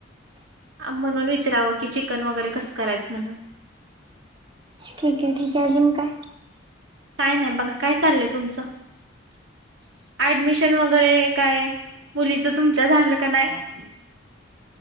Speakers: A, on the right; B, on the right.
A: म्हणून विचारवं की चिकन वगैरे कसं करायचं म्हणून
B: ठीक आहे ठीक आहे अजून का
A: काय नाही बघा काय चाललंय तुमचं ऍडमिशन वगैरे काय मुलीचं तुमच्या झालं का नाही